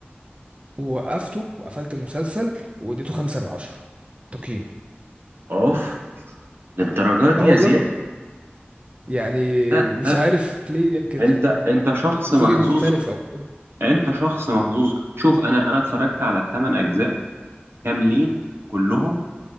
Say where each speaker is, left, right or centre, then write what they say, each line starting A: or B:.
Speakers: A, on the right; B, on the right.
A: ووقفته وقفلت المسلسل واديته خمسة من عشرة تقييم
B: اوف للدرجه دي
A: اه
B: يا
A: والله
B: زياد
A: يعني
B: لا
A: مش
B: لا
A: عارف ليه يمكن
B: انت انت شخص
A: ذوقي
B: محظوظ
A: مختلف او
B: انت شخص محظوظ شوف انا انا اتفرجت على الثمان اجزاء كاملين كلهم